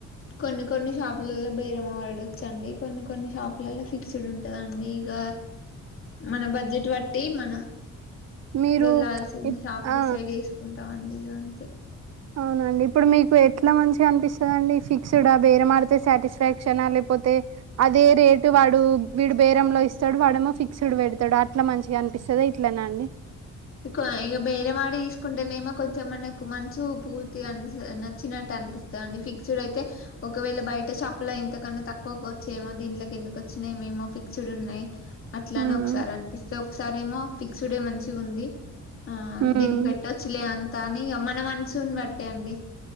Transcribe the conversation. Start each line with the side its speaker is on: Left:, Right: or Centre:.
Left: కొన్ని కొన్ని షాపులలో బేరమడచ్చండి కొన్ని కొన్ని షాపులలో ఫిక్స్డ్ ఉంటదండి ఇక మన బడ్జెట్ బట్టి మనం
Right: మీరు
Left: వెళ్ళల్సింది
Right: ఇప్
Left: షాప్
Right: ఆ
Left: డిసైడ్ వేసుకుంటే అం ఇగా అంత
Right: అవునండి ఇప్పుడు మీకు ఎట్లా మంచిగా అనిపిస్తుందిండి ఫిక్స్డ్ బేరంమాడితే సాటిస్ఫాక్ష లేకపోతే అదే రేటు వాడు వీడు బేరంలో ఇస్తాడు వాడేమో ఫిక్స్డ్ పెడతాడు అట్లా మంచిగా అనిపిస్తుంది ఇట్లనా అండి
Left: ఇ ఇక బేరవాడి తీసుకుంటేనేమో కొంచెం మనకు మనసు పూర్తిగా అ నచ్చినట్టు అనిపిస్తంది అండి ఫిక్స్డ్ అయితే ఒకవేళ బయట షప్ లో ఇంతకన్నా తక్కువ వచ్చే ఏమో దీంట్లోకి ఎందుకు వచ్చిన ఏమేమో ఫిక్స్డ్ ఉన్నాయి అట్లానే
Right: ఉమ్
Left: ఒకసారి అనిపిస్తే ఒకసారిేమోి ఎక్స్ డే మంచి ఉంది ఆ
Right: ఉమ్
Left: దీనికి పెట్టొచ్చులే అ కానీ మన మనసుని బట్టే అండి